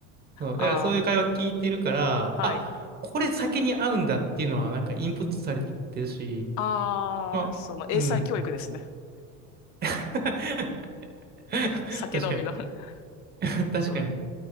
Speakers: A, on the right; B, on the left.
A: そう。
B: ああ、
A: だからそういう会話聞いてるから、
B: はい。
A: あ、これ酒に合うんだっていうのはなんかインプットされていってるし、
B: ああ、
A: まあ、
B: その英才教育ですね。
A: うん。<laughs>
B: <laughs> 酒飲みの
A: 確かに。
B: <laughs>
A: <laughs> 確かに。
B: そう。